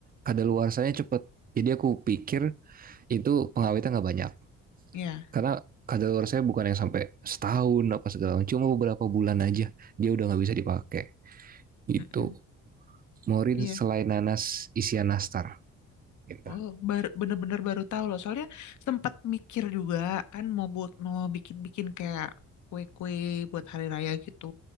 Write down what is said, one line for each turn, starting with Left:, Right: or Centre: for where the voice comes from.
Right: kadaluarsanya cepet. Jadi aku pikir itu pengawetnya nggak banyak
Left: Iya.
Right: karena kadaluarsanya bukan yang sampai setahun apa segala macam, cuma beberapa bulan aja dia udah nggak bisa dipakai gitu.
Left: Mm-mm.
Right: Morin
Left: Iya.
Right: selain nanas isian nastar gitu.
Left: Oh, baru bener-bener baru tahu loh. Soalnya sempat mikir juga kan mau buat mau bikin-bikin kayak kue-kue buat hari raya gitu.